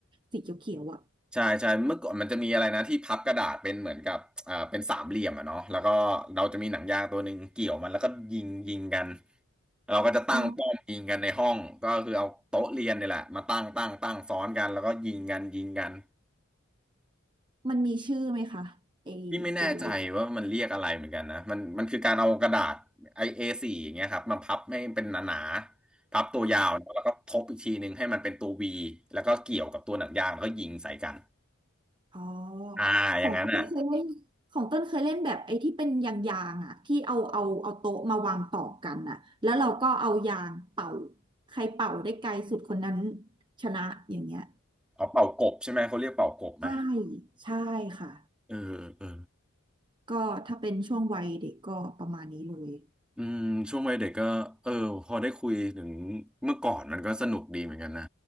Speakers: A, on the right (about 25°); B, in the centre.
A: สีเขียวๆอ่ะ
B: ใช่ใช่เมื่อก่อนมันจะมีอะไรนะที่พับกระดาษเป็นเหมือนกับอ่าเป็นสามเหลี่ยมอะเนาะแล้วก็เราจะมีหนังยางตัวหนึ่งเกี่ยวมันแล้วก็ยิงยิงกันเราก็จะตั้งป้อมยิงกันในห้องก็คือเอาโต๊ะเรียนเนี่ยแหละมาตั้งตั้งตั้งซ้อนกันแล้วก็ยิงกันยิงกัน
A: อ๋อมันมีชื่อไหมคะไอ
B: พี่ไม่แน่ใจว่ามันเรียกอะไรเหมือนกันนะมันมันคือการเอากระดาษไอเอสี่อย่างเงี้ยครับมาพับให้เป็นหนาๆพับตัวยาวเนอะแล้วก็ทบอีกทีหนึ่งให้มันเป็นตัววีแล้วก็เกี่ยวกับตัวหนังยางแล้วก็ยิงใส่กัน
A: ตัวละเล่น อ๋อ
B: อ่าอย่างนั้นอ่ะ
A: ของต้นเคยเล่นของต้นเคยเล่นแบบไอ้ที่เป็นยางๆอ่ะที่เอาเอาเอาโต๊ะมาวางต่อกันอ่ะแล้วเราก็เอายางเป่าใครเป่าได้ไกลสุดคนนั้นชนะอย่างเงี้ย
B: อ๋อเป่ากบใช่ไหมเขาเรียกเป่ากบไหม
A: ใช่ใช่ค่ะ
B: เออเออ
A: ก็ถ้าเป็นช่วงวัยเด็กก็ประมาณนี้เลย
B: อืมช่วงวัยเด็กก็เออพอได้คุยถึงเมื่อก่อนมันก็สนุกดีเหมือนกันนะ